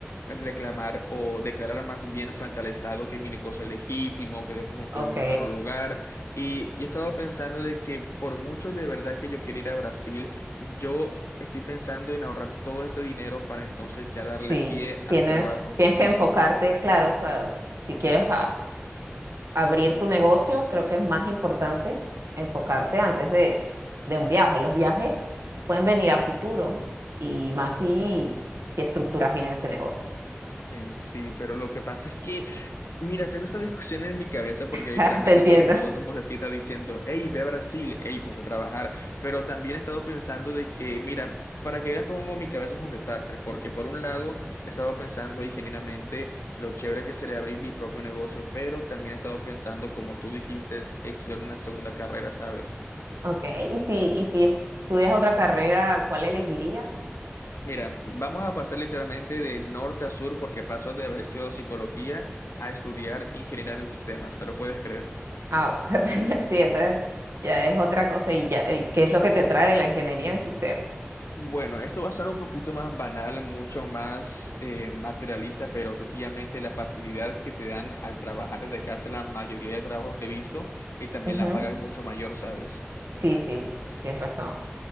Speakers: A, on the left; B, on the right.
A: reclamar o declarar más bien frente al Estado que mi negocio es legítimo, que después puedo
B: Ok,
A: colo- buscar un lugar. Y yo he estado pensando de que por mucho de verdad que yo quiero ir a Brasil, yo estoy pensando en ahorrar todo este dinero para entonces ya darle
B: sí.
A: pie a
B: Tienes,
A: mi trabajo.
B: tienes que enfocarte, claro, o sea, si quieres abrir tu negocio, creo que es más importante enfocarte antes de, de un viaje. Los viajes pueden venir a futuro y más si, si estructuras bien ese negocio.
A: En sí, pero lo que pasa es que, mira, tengo esta discusión en mi cabeza porque literalmente
B: <laughs> Te entiendo.
A: son dos vocecitas diciendo, hey, ve a Brasil, hey, ponte a trabajar. Pero también he estado pensando de que, mira, para que veas cómo mi cabeza es un desastre, porque por un lado he estado pensando ahí genuinamente lo chévere que sería abrir mi propio negocio, pero también he estado pensando, como tú dijiste, es estudiar una segunda carrera, ¿sabes?
B: Ok, y si, y si estudias otra carrera, ¿cuál elegirías?
A: Mira, vamos a pasar literalmente de norte a sur porque paso de haber estudiado psicología a estudiar ingeniería de sistemas, ¿te lo puedes creer?
B: Ah, <laughs> sí, esa ya es otra cosa y ya, y ¿qué es lo que te atrae de la ingeniería en sistemas?
A: Bueno, esto va a ser un poquito más banal, mucho más eh, materialista, pero sencillamente la facilidad que te dan al trabajar desde casa la mayoría de trabajos que he visto y también
B: Ujú.
A: la paga es mucho mayor, ¿sabes?
B: Sí, sí, tienes razón.